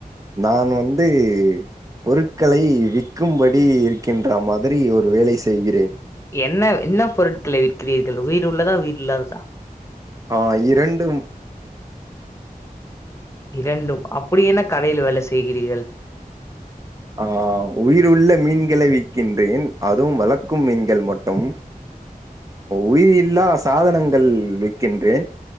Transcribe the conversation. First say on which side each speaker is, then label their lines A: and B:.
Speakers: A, on the right (about 20°); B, on the left (about 20°).
A: நான் வந்து பொருட்களை விக்கும்படி இரு இருக்கின்ற மாதிரி ஒரு வேலை செய்கிறேன்
B: என்ன என்ன பொருட்களை விற்கிறீர்கள் உயிர் உள்ளதா உயிர் இல்லாததா
A: ஆ இரண்டும்
B: இரண்டும் அப்படி என்ன கடையில வேலை செய்கிறீர்கள்
A: ஆ உயிருள்ள மீன்களை விக்கின்றேன் அதுவும் வளர்க்கும் மீன்கள் மட்டும் உயிர் இல்லா சாதனங் கள் விற்கின்றேன்